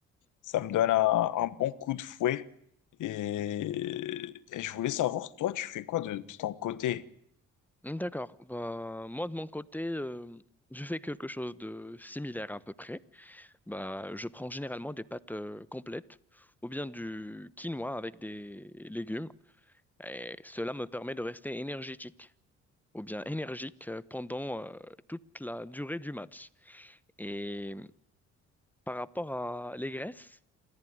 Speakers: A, on the left (about 80°); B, in the centre.
A: Ça me donne un, un bon coup de fouet. Et, et je voulais savoir, toi, tu fais quoi de, de ton côté?
B: D'accord. Bah, moi, de mon côté, euh, je fais quelque chose de similaire à peu près. Bah, je prends généralement des pâtes euh, complètes ou bien du quinoa avec des légumes. Et cela me permet de rester énergétique ou bien énergique euh, pendant euh, toute la durée du match. Et par rapport à les graisses,